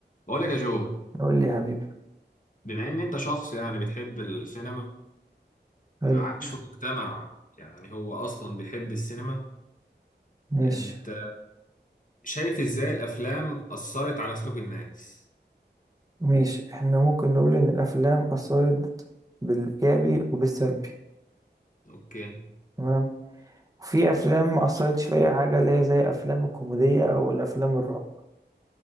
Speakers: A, on the left (about 45°); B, on the right (about 20°).
A: بقول لك يا جو
B: قول لي يا حبيبي
A: بما ان انت شخص يعني بتحب السينما
B: حلو
A: عايش في مجتمع يعني هو اصلا بيحب السينما
B: ماشي
A: انت شايف ازاي الافلام اثرت على سلوك الناس
B: ماشي احنا ممكن نقول ان الافلام اثرت بالايجابي وبالسلبي
A: اوكي
B: تمام وفي افلام ما اثرتش في اي حاجه اللي هي زي افلام الكوميديه او الافلام الرعب